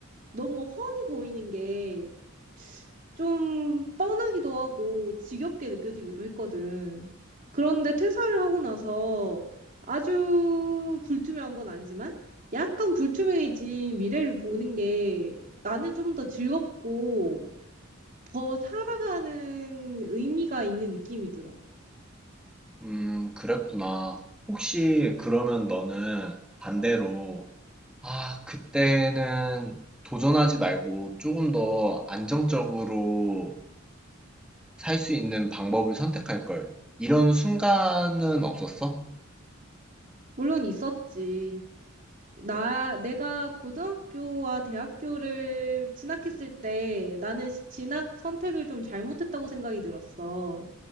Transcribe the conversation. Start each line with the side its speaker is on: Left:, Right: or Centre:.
Right: 너무 훤히 보이는 게 좀 뻔하기도 하고 지겹게 느껴지기도 했거든. 그런데 퇴사를 하고 나서 아주 불투명한 건 아니지만 약간 불투명해진 미래를 보는 게 나는 좀 더 즐겁고 더 살아가는 의미가 있는 느낌이 들어.
Centre: 음, 그랬구나. 혹시 그러면 너는 반대로, 아, 그때는 도전하지 말고 조금 더 안정적으로 살 수 있는 방법을 선택할 걸. 이런 순간은 없었어?
Right: 물론 있었지. 나, 내가 고등학교와 대학교를 진학했을 때 나는 시- 진학 선택을 좀 잘못했다고 생각이 들었어.